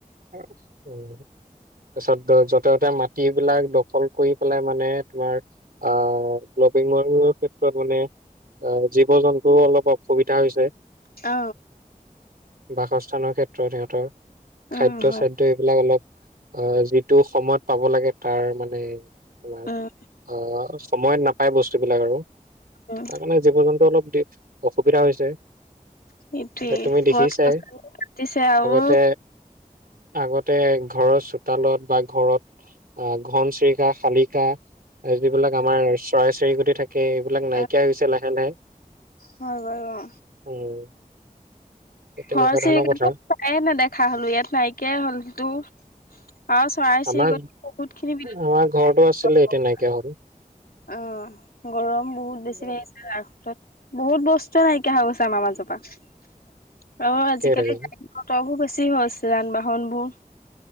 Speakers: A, on the right (about 80°); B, on the left (about 85°).
A: তাৰপিছত যতে ততে মাতি বিলাক দখল কৰি পেলাই মানে তোমাৰ আহ গ্লবিঙৰ ক্ষেত্ৰত মানে আহ জীৱ জন্তুও অলপ অসুবিধা হৈছে।
B: অ
A: বাসস্থানৰ ক্ষেত্ৰত সিহঁতৰ
B: উম,
A: খাদ্য
B: হয়।
A: চাদ্য এইবিলাক অলপ অ যিটো সময়ত পাব লাগে তাৰ মানে তোমাৰ
B: উম,
A: আহ সময়ত নাপায় বস্তুবিলাক আৰু তাৰ
B: উম,
A: কাৰণে জীৱ জন্তু অলপ দি অসুবিধা হৈছে।
B: সেইটোৱে
A: এতিয়া তুমি দেখিছাই
B: গছ - গছনি কাটিছে আহো
A: আগতে আগতে ঘৰৰ চোতালত বা ঘৰত আহ ঘন চিৰিকা, শালিকা আৰু যিবিলাক আমাৰ চৰাই চিৰিকটি থাকে এইবিলাক নাইকিয়া
B: অ',
A: হৈ গৈছে লাহে লাহে।
B: হয় বাৰু অ
A: উম তেনেকুৱা
B: ঘৰ চিৰিকাটো
A: ধৰণৰ কথা
B: প্ৰায়ে নেদেখা হলো ইয়াত নাইকিয়াই হলতো। অ চৰাই চিৰিকতি
A: আমাৰ
B: বহুত খিনি বিলুপ্ত
A: আমাৰ ঘৰতো আছিলে
B: <unintelligible>
A: এতিয়া নাইকিয়া হ'ল
B: অ গৰম বহুত
A: তাকে
B: বেছি লাগিছে আৰু। বহুত বস্তুৱে নাইকিয়া হৈ গৈছে আমাৰ মাজৰ পৰা। অ আজিকালি
A: তাকে
B: গাড়ী মটৰ বোৰ বেছি হৈছে যান বাহন বোৰ।